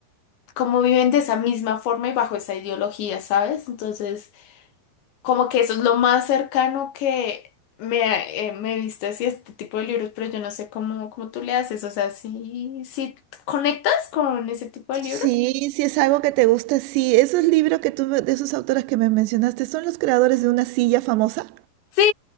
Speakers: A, on the left; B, on the right.
A: cómo viven de esa misma forma y bajo esa ideología, ¿sabes? Entonces... Como que eso es lo más cercano que me, eh, me he visto así este tipo de libros, pero yo no sé cómo, cómo tú le haces. O sea, si si conectas con ese tipo
B: Sí,
A: de libro?
B: si es algo que te gusta, sí. Esos libros que tú, me- de esos autores que me mencionaste, ¿son los creadores de una silla famosa?
A: Sí,